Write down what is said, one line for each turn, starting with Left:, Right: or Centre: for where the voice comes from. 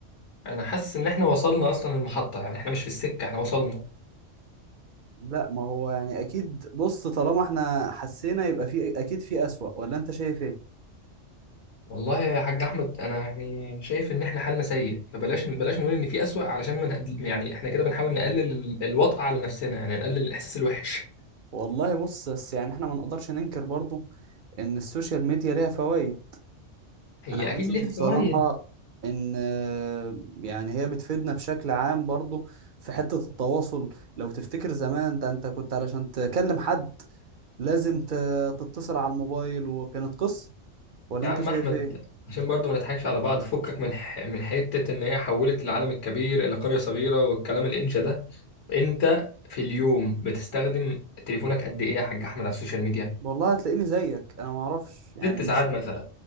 Left: انا حاسس ان احنا وصلنا اصلا المحطه يعني احنا مش في السكه احنا وصلنا
Right: لا ما هو يعني اكيد بص طالما احنا حسينا يبقى في اكيد في اسوأ ولا انت شايف ايه
Left: والله يا حاج احمد انا يعني شايف ان احنا حالنا سيء فبلاش بلاش نقول ان في اسوأ علشان ما نقد- يعني احنا كده بنحاول نقلل ال- الوطأة على نفسنا يعني نقلل الاحساس الوحش
Right: والله بص بس يعني احنا ما نقدرش ننكر برضو ان السوشيال ميديا ليها فوائد
Left: هي
Right: انا حاسس
Left: اكيد ليها
Right: الصراحة
Left: فوائد
Right: ان آه، يعني هي بتفيدنا بشكل عام برضو في حتة التواصل لو تفتكر زمان ده انت كنت علشان تكلم حد لازم ت- تتصل على الموبايل وكانت قصة ولا
Left: يا
Right: انت
Left: عم
Right: شايف
Left: احمد
Right: ايه
Left: عشان برضو ما نضحكش على بعض فكك من ح... من حته ان هي حولت العالم الكبير الى قريه صغيره والكلام الانشا ده انت في اليوم بتستخدم تليفونك قد ايه يا حاج احمد على السوشيال ميديا
Right: والله هتلاقيني زيك انا ما اعرفش يعني
Left: ست
Right: مش
Left: ساعات مثلا